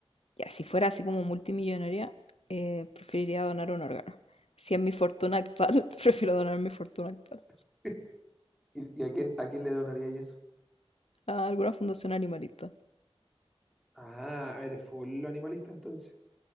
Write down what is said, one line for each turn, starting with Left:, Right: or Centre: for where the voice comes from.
Left: Ya, si fuera así como multimillonaria, eh, preferiría donar un órgano. Si es mi fortuna actual, <laughs> prefiero donar mi fortuna actual
Centre: <laughs> ¿Y, y a quién, a quién le donaría eso?
Left: a alguna fundación animalista.
Centre: Ah, eres full animalista entonces.